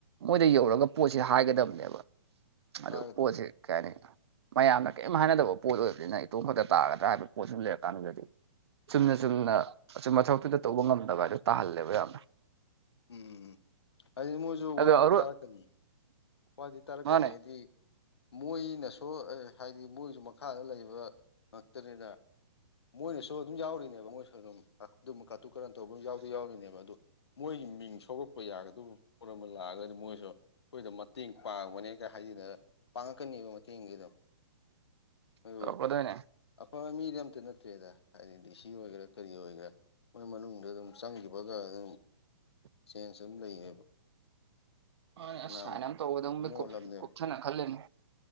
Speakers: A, on the right (about 70°); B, on the left (about 70°).
A: ꯃꯣꯏꯗ ꯌꯧꯔꯒ ꯄꯣꯠꯁꯦ ꯍꯥꯏꯒꯗꯕꯅꯦꯕ ꯑꯗꯨ
B: ꯍꯥꯏꯒꯗꯕ
A: ꯄꯣꯠꯁꯦ ꯀꯩ ꯍꯥꯏꯅꯤ ꯃꯌꯥꯝꯅ ꯀꯔꯤꯝ ꯍꯥꯏꯅꯗꯕ ꯄꯣꯠ ꯑꯣꯏꯕꯅꯤꯅ ꯏꯇꯣꯝ ꯈꯛꯇ ꯇꯥꯒꯗ꯭ꯔꯥ ꯍꯥꯏꯕ ꯄꯣꯠꯁꯨ ꯂꯩꯔ ꯀꯥꯟꯗꯨꯗꯗꯤ ꯆꯨꯝꯅ ꯆꯨꯝꯅ ꯑꯆꯨꯝ ꯃ ꯊꯕꯛꯇꯨꯗ ꯇꯧꯕ ꯉꯝꯗꯕ ꯍꯥꯏꯗꯣ ꯇꯥꯍꯜꯂꯦꯕ ꯌꯥꯝꯅ
B: ꯎꯝ ꯑꯗꯨꯗꯤ ꯃꯣꯏꯁꯨ
A: ꯑꯗꯣ
B: ꯋꯥꯗꯤ
A: ꯑꯔꯣꯏ
B: ꯇꯥꯔꯛꯀꯅꯤ ꯋꯥꯗꯤ ꯇꯔꯛꯀꯅꯤ
A: ꯃꯥꯅꯦ
B: ꯍꯥꯏꯗꯤ ꯃꯣꯏꯅꯁꯨ ꯍꯥꯏꯗꯤ ꯃꯣꯏꯁꯨ ꯃꯈꯥꯗ ꯂꯩꯕ ꯉꯥꯛꯇꯅꯤꯅ ꯃꯣꯏꯅꯁꯨ ꯑꯗꯨꯝ ꯌꯥꯎꯔꯤꯅꯦꯕ ꯃꯣꯏꯁꯨ ꯑꯗꯨꯝ ꯑꯗꯨꯝꯕ ꯀꯥꯇꯨ ꯀꯥꯔꯟ ꯇꯧꯕ ꯑꯗꯨꯝ ꯌꯥꯎꯗꯤ ꯌꯥꯎꯔꯤꯅꯦꯕ ꯑꯗꯨ ꯃꯣꯏꯒꯤ ꯃꯤꯡ ꯁꯧꯂꯛꯄ ꯌꯥꯒꯗꯕ ꯄꯣꯠ ꯑꯃ ꯂꯥꯛꯑꯒꯗꯤ ꯃꯣꯏꯁꯨ ꯑꯩꯈꯣꯏꯗ ꯃꯇꯦꯡ ꯄꯥꯡꯕꯅꯦ ꯈ ꯍꯥꯏꯖꯤꯗ ꯄꯥꯡꯉꯛꯀꯅꯦꯕ ꯃꯇꯦꯡꯁꯤꯗꯣ ꯑꯗꯨ
A: ꯇꯧꯔꯛꯀꯗꯣꯏꯅꯦ
B: ꯑꯐꯕ ꯃꯤꯗꯤ ꯑꯝꯇ ꯅꯠꯇ꯭ꯔꯦꯗ ꯍꯥꯏꯗꯤ ꯁꯤ ꯑꯣꯏꯒꯦꯔꯥ ꯀꯔꯤ ꯑꯣꯏꯒꯦꯔꯥ ꯃꯣꯏ ꯃꯅꯨꯡꯗ ꯑꯗꯨꯝ ꯆꯪꯈꯤꯕꯒ ꯑꯗꯨꯝ ꯆꯦꯟꯖ ꯑꯗꯨꯝ ꯂꯩꯌꯦꯕ
A: ꯑ ꯑꯁ
B: ꯐꯅꯌꯥꯝ
A: ꯁꯨꯥꯏꯅ ꯑꯃ ꯇꯒꯗ ꯃꯤ
B: ꯃꯣꯠꯂꯕꯅꯦꯕ
A: ꯀꯨꯞꯊꯅ ꯈꯜꯂꯦꯅꯦ